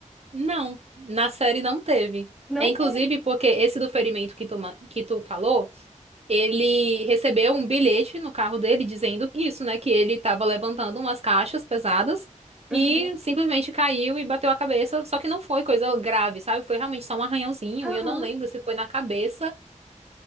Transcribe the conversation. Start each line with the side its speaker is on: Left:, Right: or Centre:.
Right: Não, na série não teve.
Centre: Não
Right: É inclusive
Centre: teve.
Right: porque esse do ferimento que tu, ma- que tu falou, ele recebeu um bilhete no carro dele dizendo isso, né? Que ele tava levantando umas caixas pesadas
Centre: Uhum.
Right: e simplesmente caiu e bateu a cabeça. Só que não foi coisa grave, sabe? Foi realmente só um arranhãozinho
Centre: Aham,
Right: e eu não lembro se foi na cabeça